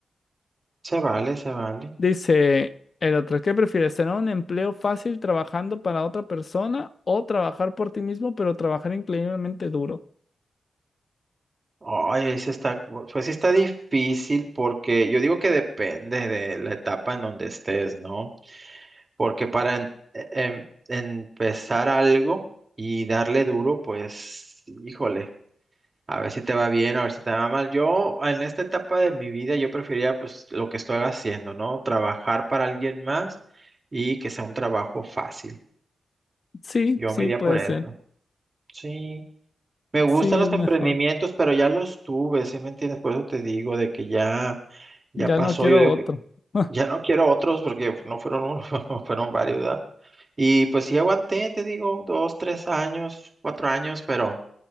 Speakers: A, on the right; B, on the left.
A: Se vale, se vale.
B: Dice el otro, ¿qué prefieres? ¿Tener un empleo fácil trabajando para otra persona o trabajar por ti mismo, pero trabajar increíblemente duro?
A: Ay, ese está, pues sí está difícil porque yo digo que depende de la etapa en donde estés, ¿no? Porque para en- e, em- empezar algo y darle duro, pues, híjole, a ver si te va bien, a ver si te va mal. Yo en esta etapa de mi vida, yo prefería pues lo que estoy haciendo, ¿no? Trabajar para alguien más y que sea un trabajo fácil.
B: Sí,
A: Yo
B: sí,
A: me iría
B: puede
A: por eso.
B: ser.
A: Sí. Me gustan
B: Sí, es
A: los
B: mejor.
A: emprendimientos, pero ya los tuve, ¿sí me entiendes? Por eso te digo de que ya, ya
B: Ya
A: pasó.
B: no quiero
A: Yo digo
B: otro.
A: que
B: <laughs>
A: ya no quiero otros porque no fueron uno, <laughs> fueron varios, ¿verdad? Y pues sí aguanté, te digo, dos, tres años, cuatro años, pero